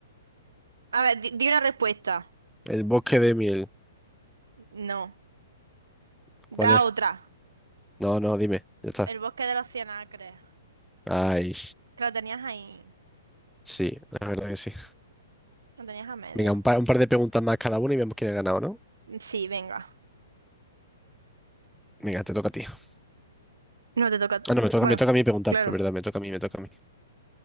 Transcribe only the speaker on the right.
A ver, di, di una respuesta.
No.
Da
otra.
El bosque de los cien acres.
Que lo tenías ahí.
Lo tenías a media.
Sí, venga.
No te toca.
Bueno,
claro.